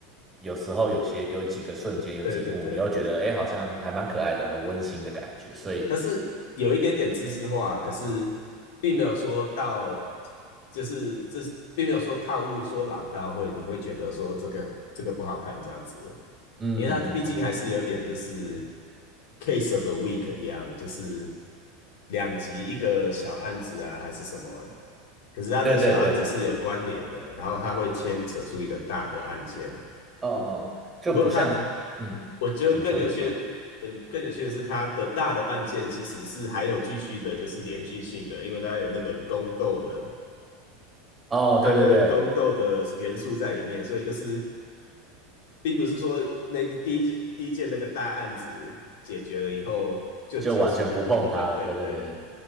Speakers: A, on the right; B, on the left.
A: 有时候有些有几个瞬间有几幕，
B: 对对对，
A: 你又觉得哎，诶好像还蛮可爱的，很温馨的感觉，所以
B: 它是有一点点知识化，可是并没有说到，就是这是并没有说套路说老到会你会觉得说这个这个不好看这样子，
A: 嗯嗯嗯，
B: 因为它毕竟还是有点就是
A: 嗯
B: case of the week 一样，就是两集一个小案子啊还是什么，可是它的小案子是有关联的，
A: 对对对对对。
B: 然后它会牵扯出一个大的案件，
A: 嗯嗯，就不像，
B: 不过他，
A: 嗯，
B: 我觉得更有趣，
A: 请说，请说。
B: 嗯，更有趣的是他的大的案件其实是还有继续的，就是连续性的，因为它有那个宫斗的，
A: 哦，
B: 还有那个宫斗的元素在里面，
A: 对对对，
B: 所以就是并不是说那个第一第一件那个大案子解决了以后就结束了，
A: 就完全不碰它了。
B: 对对对，
A: 对对对对，